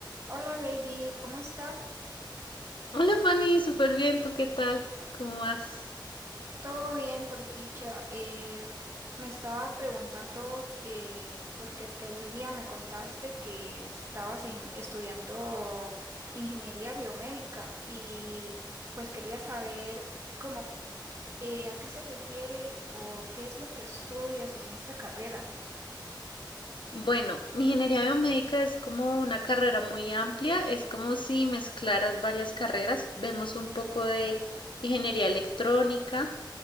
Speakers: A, on the right; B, on the left.
A: Hola Lady, ¿cómo estás?
B: Hola Fanny, súper bien, ¿tú qué tal? ¿Cómo vas?
A: Todo bien por dicha. Eh, me estaba preguntando eh, porque aquel día me contaste que estabas in- estudiando ingeniería biomédica y pues quería saber cómo eh, a qué se refiere o qué es lo que estudias en esta carrera.
B: Bueno, ingeniería biomédica es como una carrera muy amplia, es como si mezclaras varias carreras. Vemos un poco de ingeniería electrónica,